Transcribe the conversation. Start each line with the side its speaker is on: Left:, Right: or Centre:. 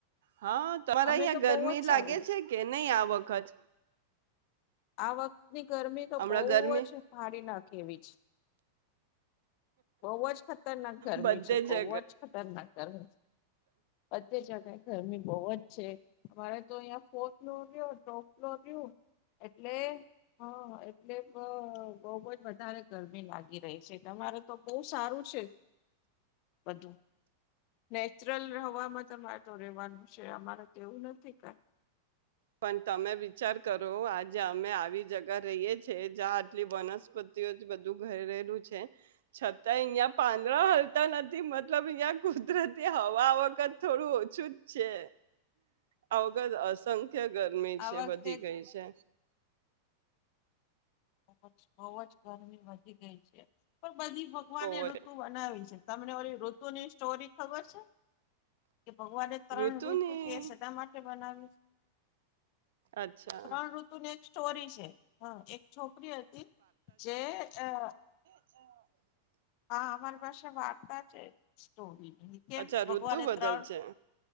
Right: હા તમારે
Left: અમે
Right: અહિયાં
Left: તો
Right: ગરમી
Left: બહુ જ
Right: લાગે
Left: સારું
Right: છે કે નહી આ વખત?
Left: આ વખ ની ગરમી તો
Right: હમણાં
Left: બહુ
Right: ગરમી
Left: જ ફાડી નાખે એવી જ બઉવજ ખતરનાક ગરમી
Right: બધે
Left: છે. બઉવજ
Right: જગ
Left: ખતરનાક. <unintelligible> બધી જગે ગરમી બઉવજ છે. અમારે તો યાં ફોર. <unintelligible> <unintelligible> એટલે હ એટલે બ બઉવજ વધારે ગરમી લાગી રહી છે. તમારે તો બહુ સારું છે. બધું ને <unintelligible> હવામાં તમારે તો રેવાનું છે. અમારે તો એવું નથી કાઈ.
Right: પણ તમે વિચાર કરો આજે અમે આવી જગા રહીએ છીએ જ્યાં આટલી વનસ્પતિઓ જ બધું ઘરેરેલું છે. છતાં અહિયાં પાંદરા હ લતા નથી મતલબ હીંયા કુદરતી હવા વખત થોડું ઓછું જ છે. આ વખત અસ થે. ક્યા ગરમી
Left: આ
Right: છે
Left: વખતે
Right: વધી ગઈ છે.
Left: બ જ બહુ જ ગરમી વધી ગઈ છે પણ. બધી ભગવાનને
Right: બહુ
Left: ઋતુ
Right: જ
Left: બનાવી છે. તમને ઓરી ઋતુ ની સ્ટોરી. ખબર છે કે ભગવાને ત્રણ
Right: ઋતુની
Left: ઋતુ કેસ એટ માટે બનાવી છે
Right: અચ્છા
Left: ત્રણ ઋતુની એક સ્ટોરી છે હ એક. છોકરી હતી જે અ.
Right: હા.
Left: હા હ. પાસે વાર્તા છે સ્ટોરી કેમ
Right: અચ્છા
Left: ભગવાને
Right: ઋતુ બદલ
Left: ત્રણ
Right: છે